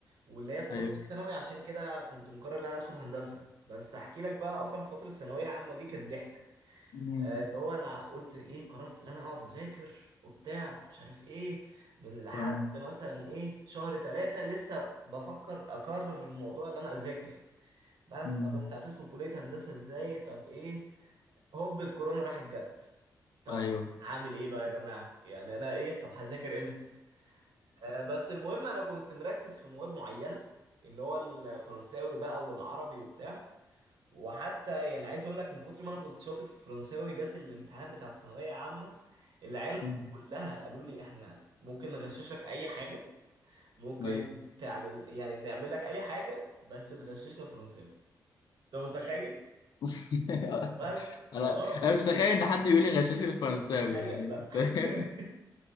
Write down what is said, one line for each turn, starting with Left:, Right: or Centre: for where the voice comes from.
Right: واللي هي في
Left: ايوه
Right: فترة ثانوي عشان كده كنت مقرر إن أنا أدخل هندسة بس أحكي لك بقى أصلا في فترة ثانوية عامة دي كانت ضحك
Left: مم.
Right: آه، اللي هو انا قلت ايه قررت ان انا اقعد اذاكر وبتاع مش عارف ايه من لحد
Left: تمام
Right: مثلا ايه شهر ثلاثة لسه بفكر اقرر الموضوع اللي انا اذاكر يعني بس
Left: مم.
Right: طب انت هتدخل كلية هندسة ازاي طب ايه هوب الكورونا راحت جت طب
Left: ايوه
Right: هعمل ايه بقى يا جماعة يعني انا ايه طب هذاكر امتى آه بس المهم انا كنت مركز في مواد معينة اللي هو الفرنساوي بقى والعربي وبتاع وحتى يعني عايز اقول لك من كتر ما انا كنت شاطر في الفرنساوي جت الامتحانات بتاعت الثانويه عامه العيال
Left: مم.
Right: كلها قالوا لي احنا ممكن نغششك اي حاجه ممكن
Left: ايوه
Right: تعمل يعني نعمل لك اي حاجه بس تغششنا فرنساوي انت متخيل
Left: <laughs>
Right: بس
Left: انا
Right: اه
Left: انا مش متخيل ان حد يقول لي غشاشي الفرنساوي
Right: تخيل
Left: يعني
Right: بقى
Left: <laughs>
Right: <laughs>